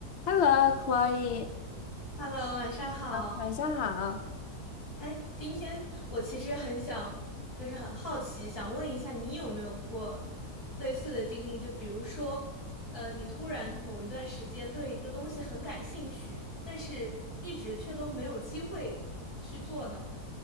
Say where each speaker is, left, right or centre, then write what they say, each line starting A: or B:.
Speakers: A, on the left; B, on the left.
A: Hello，Chloe，Hello，
B: Hello，晚上好。
A: 晚上好。
B: 哎，今天我其实很想，就是很好奇，想问一下你有没有过类似的经历？就比如说，呃，你突然某一段时间对一个东西很感兴趣，但是一直却都没有机会去做呢？